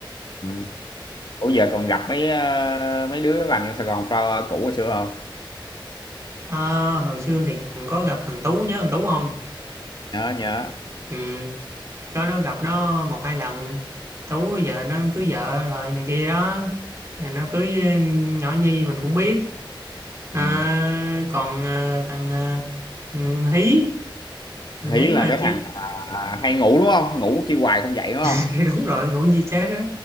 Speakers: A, on the left; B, on the right.
A: ừ. Ủa giờ còn gặp mấy ờ, mấy đứa làm trong Sài Gòn Flower cũ hồi xưa không
B: Ờ, hồi xưa thì còn có gặp thằng Tú nhớ thằng Tú không
A: nhớ nhớ
B: ừ. có nó gặp nó một hai lần Tú giờ nó cưới vợ rồi này kia đó giờ nó cưới ừ, nhỏ Nhi mình cũng biết à,
A: ừ.
B: còn ờ, thằng ờ, ừ, Hí thằng Hí
A: Hí là
B: mà
A: cái
B: chuyện
A: thằng à, hay ngủ đúng không ngủ kêu hoài không dậy đúng
B: <laughs>
A: không
B: đúng rồi ngủ như chết đó